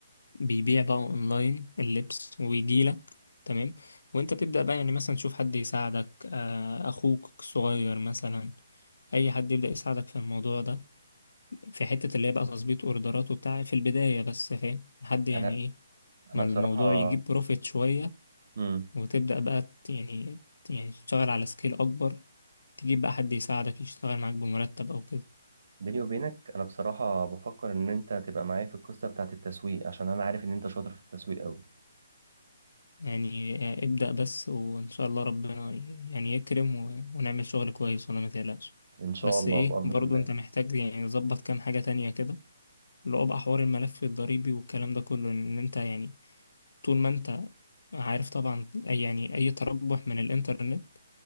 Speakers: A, on the left (about 85°); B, on the right (about 55°).
A: بيبيع بقى اونلاين اللبس ويجيلك تمام وانت تبدأ بقى يعني مثلا تشوف حد يساعدك آه، اخوك الصغير مثلا اي حد يبدأ يساعدك في الموضوع ده في حتة اللي هي بقى تظبيط اوردرات وبتاع في البداية بس فاهم لحد يعني
B: انا
A: ايه ما
B: انا بصراحة
A: الموضوع يجيب بروفيت شوية
B: امم
A: وتبدأ بقى ت- يعني يعني تشتغل على سكيل اكبر تجيب بقى حد يساعدك يشتغل معاك بمرتب او كده
B: بيني وبينك انا بصراحة بفكر ان انت تبقى معايا في القصة بتاعت التسويق عشان انا عارف ان انت شاطر في التسويق قوي
A: يعني ابدأ بس وإن شاء الله ربنا يعني يكرم و- ونعمل شغل كويس ولا ما تقلقش
B: ان شاء
A: بس
B: الله
A: إيه
B: بأمر
A: برضو
B: الله
A: أنت محتاج يعني تظبط كام حاجة تانية كده اللي هو بقى حوار الملف الضريبي والكلام ده كله إن أنت يعني طول ما أنت عارف طبعا أي يعني أي تربح من الإنترنت